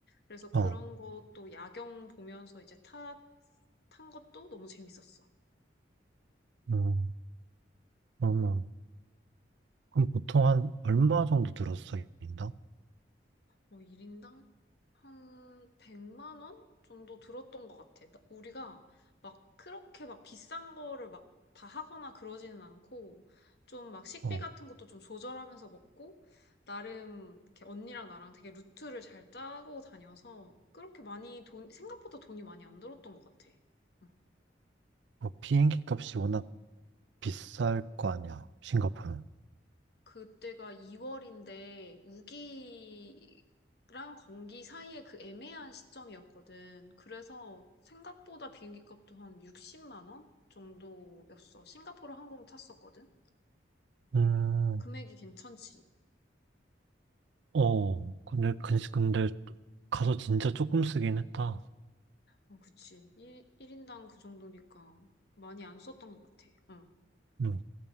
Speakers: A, on the left (about 60°); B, on the right (about 75°).
A: 그래서 그런
B: 어.
A: 것도 야경 보면서 이제 타, 탄 것도 너무 재밌었어.
B: 음. 어머, 그럼 보통 한 얼마 정도 들었어, 인당?
A: 어, 1인당 한 100만 원 정도 들었던 것 같아. 나- 우리가 막 그렇게 막 비싼 거를 막 다 하거나 그러지는 않고 좀 막 식비
B: 어,
A: 같은 것도 좀 조절하면서 먹고 나름 이렇게 언니랑 나랑 되게 루트를 잘 짜고 다녀서 그렇게 많이 돈 생각보다 돈이 많이 안 들었던 것 같아. 응.
B: 뭐 비행기 값이 워낙 비쌀 거 아니야, 싱가포르는.
A: 그때가 2월인데 우기랑 건기 사이에 그 애매한 시점이었거든. 그래서 생각보다 비행기 값도 한 60만 원 정도였어. 싱가포르 항공 탔었거든.
B: 음,
A: 금액이 괜찮지.
B: 어, 근데,
A: 응.
B: 근데 근데 가서 진짜 조금 쓰긴 했다.
A: 어, 그치. 1, 일인당그 정도니까 많이 안 썼던 것 같아. 응.
B: 음,